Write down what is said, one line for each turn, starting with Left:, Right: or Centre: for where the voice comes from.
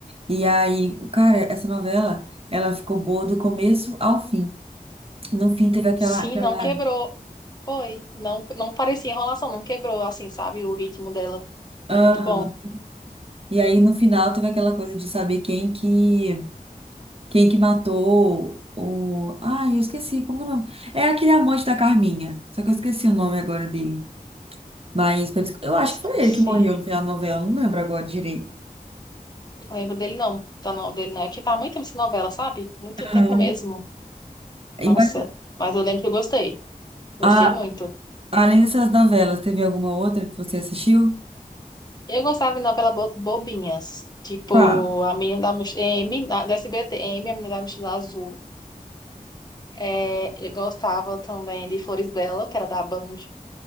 Right: E aí, cara, essa novela, ela ficou boa do começo ao fim. No fim teve aquela,
Left: Sim,
Right: aquela...
Left: não quebrou. Foi. Não, não parecia enrolação, não quebrou, assim, sabe? O ritmo dela.
Right: Aham.
Left: É muito bom.
Right: E aí, no final, teve aquela coisa de saber quem que Quem que matou o. ah eu esqueci, como que é o nome? É aquele amante da Carminha. Só que eu esqueci o nome agora dele. Mas parece- eu acho
Left: Esqueci.
Right: que foi ele que morreu no final da novela, não lembro agora direito.
Left: Lembro dele, não. Tá, não, dele não. É que faz muito tempo essa novela, sabe? Muito
Right: Aham.
Left: tempo mesmo. Nossa.
Right: E, mas,
Left: Mas eu lembro que eu gostei. Gostei
Right: a-
Left: muito.
Right: além dessas novelas, teve alguma outra que você assistiu?
Left: Eu gostava de novela bo- bobinhas. Tipo,
Right: Qual?
Left: A Menina da Mochila... M, da da SBT, M, A Menina da Mochila Azul. É, eu gostava também de Flores Bela, que era da Band.